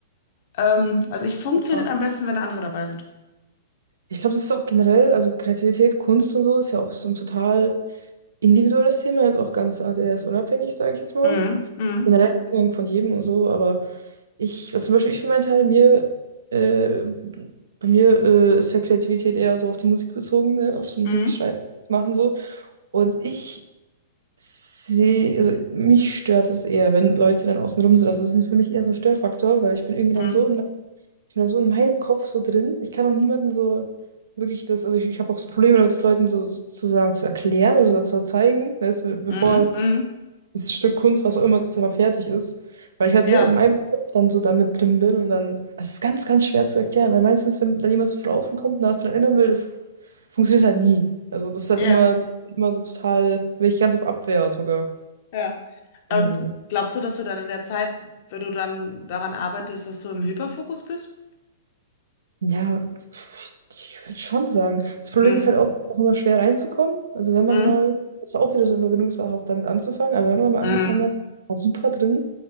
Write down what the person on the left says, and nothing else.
Ähm, also ich funktioniert
am besten, wenn andere dabei sind.
Mhm, mhm,
mhm,
mhm,
mhm, mhm.
Ja,
ja.
Ja. Ähm,
glaubst du, dass du dann in der Zeit, wenn du dann daran arbeitest, dass du im Hyperfokus bist?
Mhm.
Mhm.
Mhm.